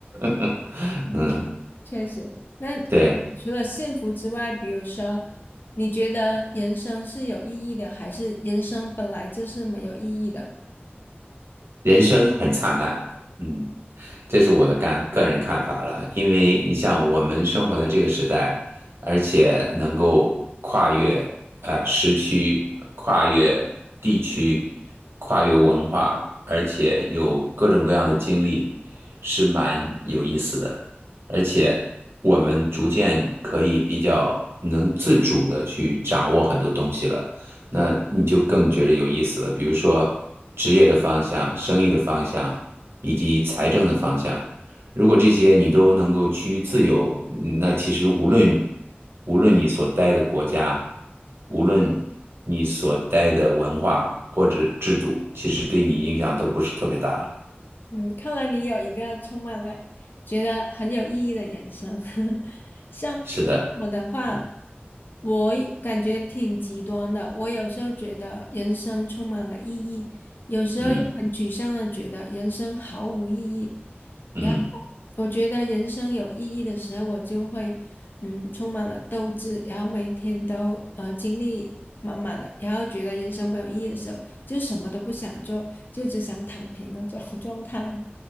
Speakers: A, on the right; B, on the left.
A: <laughs>
B: 嗯，
A: 嗯，
B: 确实，那
A: 对，
B: 除了幸福之外，比如说，你觉得人生是有意义的，还是人生本来就是没有意义的？
A: 人生很灿烂。嗯。这是我的干个人看法了，因为你像我们生活在这个时代，而且能够跨越呃时区、跨越地区、跨越文化，而且有各种各样的经历，是蛮有意思的。而且我们逐渐可以比较能自主的去掌握很多东西了，那你就更觉得有意思了。比如说职业的方向、生意的方向。以及财政的方向。如果这些你都能够趋于自由，嗯那其实无论无论你所待的国家，无论你所待的文化或者制度，其实对你影响都不是特别大了。
B: 嗯，看来你有一个充满了觉得很有意义的人生。<laughs> 像
A: 是的，
B: 我的话，
A: 嗯
B: 我也感觉挺极端的。我有时候觉得人生充满了意义，有时候又很沮丧的觉得人生毫无意义。
A: 嗯嗯。
B: 然后我觉得人生有意义的时候，我就会嗯充满了斗志，然后每天都呃精力满满的。然后觉得人生没有意义的时候。就什么都不想，做，就只想躺平那种 <laughs> 状态。